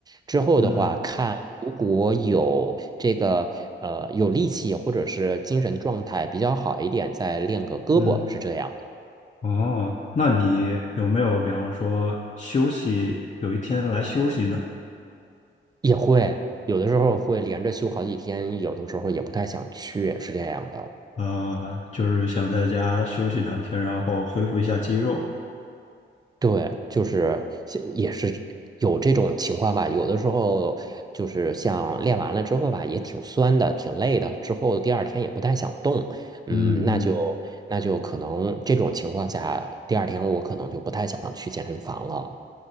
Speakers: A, on the right; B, on the left.
A: 之后的话，
B: 嗯
A: 看如果有这个呃有力气或者是精神状态比较好一点，再练个胳膊是这样的，
B: 嗯，哦，那你有没有比方说休息，有一天来休息呢？
A: 也会有的时候会连着休好几天，有的时候也不太想去，是这样的。
B: 啊、就是想在家休息两天，然后恢复一下肌肉。
A: 对，就是像也是有这种情况吧。有的时候就是像练完了之后吧，也挺酸的，挺累的，之后第二天也不太想动。嗯，
B: 嗯嗯，
A: 那就那就可能这种情况下，第二天我可能就不太想去健身房了。